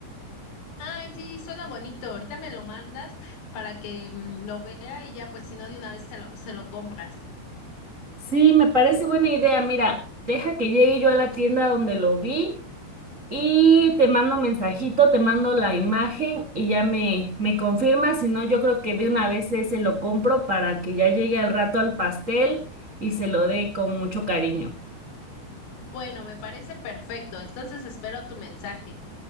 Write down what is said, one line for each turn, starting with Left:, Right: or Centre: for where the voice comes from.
Left: Ay, sí, suena bonito. Ahorita me lo mandas para que mm, lo vea y ya, pues si no, de una vez se lo, se lo compras.
Right: Sí, me parece buena idea. Mira, deja que llegue yo a la tienda donde lo vi y te mando un mensajito, te mando la imagen y ya me, me confirmas. Si no, yo creo que de una vez ese lo compro para que ya llegue al rato al pastel y se lo dé con mucho cariño.
Left: Bueno, me parece perfecto. Entonces espero tu mensaje.